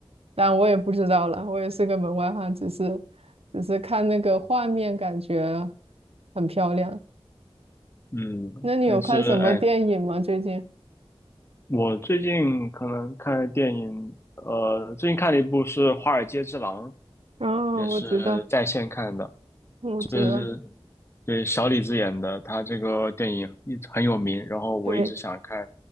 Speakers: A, on the right; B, on the left.
A: 但我也不知道了，我也是个门外汉，只是只是看那个画面，感觉很漂亮。
B: 嗯，
A: 那你有看什么电影吗？
B: 但是哎，
A: 最近？
B: 我最近可能看的电影，呃，最近看了一部是《华尔街之狼》，
A: 哦，
B: 也是在线看的。
A: 我知道，我知道，
B: 就是对小李子演的，他这个电影一直很有名，然后我一直想看，
A: 对，